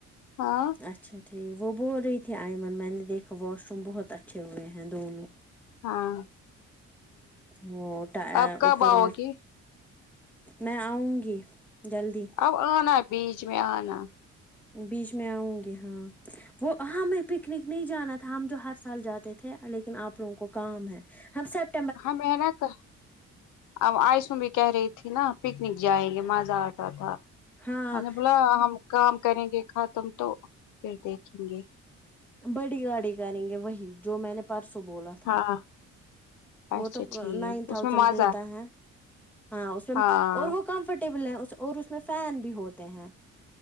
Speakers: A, on the left; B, in the centre.
A: ہاں
B: اچھا ٹھیک وہ بول رہی تھی آئمن میں نے دیکھا واش روم بہت اچھے ہوئے ہیں دونوں
A: ہاں ہ
B: وہ
A: اب کب
B: اوپر
A: آؤ
B: وار
A: گی
B: میں آؤں گی جلدی
A: اب آنا بیج میں آنا
B: بیچ میں آؤں گی ہاں وہ ہاں میں پکنک نہیں جانا تھا ہم جو ہر سال جاتے تھے لیکن آپ لوگوں کو کام ہے ہم سب
A: ہاں میں نہ کا اب آئسو بھی کہہ رہی تھی نا پکنک جائیں گے مزہ آتا تھا
B: ہاں
A: میں نے بولا ہم کام کریں گے ختم تو پھر دیکھیں گے
B: بڑی گاڑی کریں گے وہی جو میں نے پرسوں بولا تھا
A: ہاں
B: وہ
A: اچھا
B: تو
A: ٹھیک
B: نائن تھازینڈ
A: اس میں مزہ
B: لیتا ہے ہاں اس میں
A: ہاں
B: اور وہ کمفرٹیبل ہے اور اس میں فین بھی ہوتے ہیں